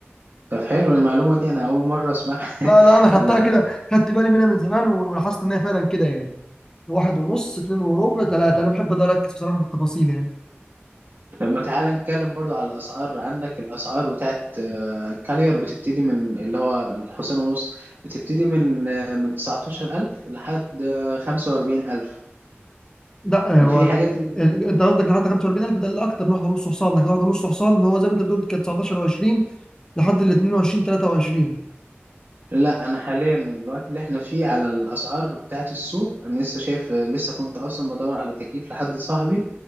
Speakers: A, on the right; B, on the left.
A: طب حلو المعلومه دي انا اول مره اسمعها <laughs>
B: لا لا انا
A: انا
B: خدتها كده خدت بالي منها من زمان و- ولاحظت ان هي فعلا كده يعني واحد ونص اتنين وربع تلاتة انا بحب ده اركز بصراحه في التفاصيل يعني
A: طب ما تعالى نتكلم برضو على الاسعار عندك الاسعار بتاعت آه، كاليار بتبتدي من اللي هو الحصان ونص بتبتدي من آه، من 19000 لحد آه، 45000
B: لا
A: وفي
B: آه، هو آه،
A: حاجات ال...
B: انت قصدك لحد 45000 ده اللي اكتر من واحده ونص حصان لكن واحده ونص حصان هو زي ما انت بتقول كانت 19 و20 لحد ال 22 23
A: لا انا حاليا الوقت اللي احنا فيه على الاسعار بتاعت السوق انا لسه شايف لسه كنت اصلا بدور على تكييف لحد صاحبي